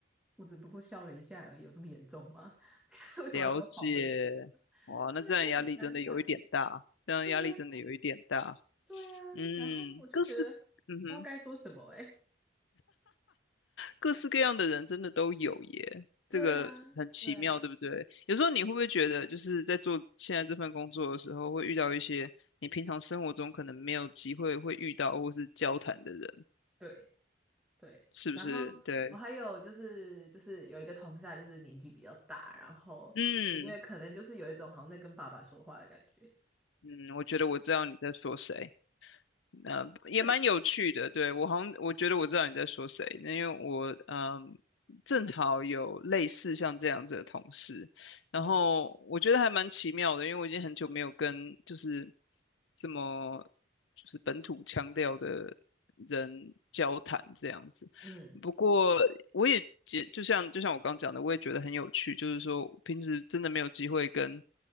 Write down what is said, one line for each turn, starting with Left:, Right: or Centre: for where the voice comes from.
Centre: 我只不过笑了一下而已，有这么严重吗？<laughs> 为什么要跟我讨论这个？
Left: 了解，哇，那这样压力真的有一点大，
Centre: 对啊，就很尴尬。
Left: 这样压力真的有一点大。
Centre: 对呀，对呀，
Left: 嗯，
Centre: 然后我就觉得不知道该说什么哎、
Left: 可是，嗯哼。各式各样的人真的都有耶，
Centre: 对啊，
Left: 这个很奇妙，
Centre: 对啊，
Left: 对不对？有时候你会不会觉得，就是在做现在这份工作的时候，会遇到一些你平常生活中可能没有机会会遇到或是交谈的人，
Centre: 对对。
Left: 是不是？
Centre: 然后我还有就是就是有一个同事，
Left: 对，
Centre: 他就是年纪比较大，然后我觉得可能就是有一种好像在跟爸爸说话的感觉。
Left: 嗯嗯，我觉得我知道你在说谁。呃，也蛮有趣的。
Centre: 对，
Left: 对，我好像我觉得我知道你在说谁，那因为我嗯，正好有类似像这样子的同事，然后我觉得还蛮奇妙的，
Centre: 嗯
Left: 因为我已经很久没有跟就是这么就是本土腔调的人交谈这样子。
Centre: 嗯
Left: 不过我也觉就像就像我刚讲的，我也觉得很有趣，就是说平时真的没有机会跟